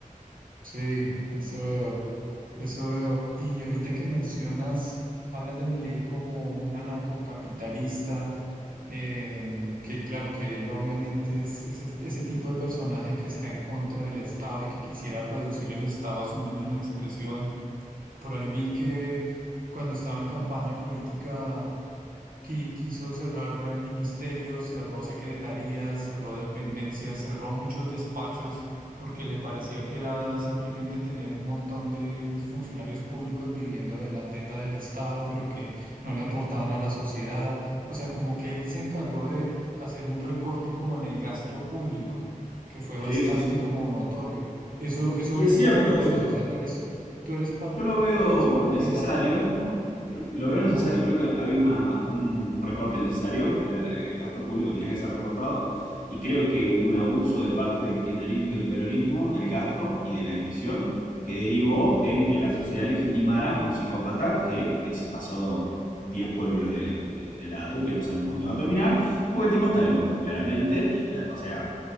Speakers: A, on the right (about 85°); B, on the left (about 80°).
A: sí, eso veo. Eso veo. Y ahorita que mencionas, hablas de Milei como un anarcocapitalista, eh, que claro, que él obviamente es ese, ese tipo de personaje que está en contra del Estado y que quisiera reducir el Estado a su mínima expresión. Por ahí vi que cuando estaba en campaña política qui- quiso cerrar eh, ministerios, cerró secretarías, cerró dependencias, cerró muchos despachos porque le parecía que era simplemente tener un montón de funcionarios públicos viviendo de la teta del Estado, pero que no le aportaban a la sociedad. O sea, como que él se encargó de hacer un recorte como en el gasto público, que fue
B: Sí,
A: bastante
B: sí, sí.
A: como notorio. Eso, eso
B: Y es
A: tú
B: cierto
A: cómo lo
B: eso.
A: ves, o sea, tú eres, tú eres par-
B: Yo lo veo
A: tú eres partidario,
B: necesario.
A: ¿no?
B: Yo lo veo necesario,
A: ¿No?
B: creo que había una, un recorte necesario, que era la- el gasto público tenía que ser recortado, y creo que hubo un abuso de parte del kirchnerismo y del peronismo del gasto y de la emisión, que derivó en que la sociedad legitimara un psicópata que eh, se pasó 10 pueblos de, de- de lado y que no sabemos dónde va a terminar, porque el tipo está loco, claramente, y la- o sea,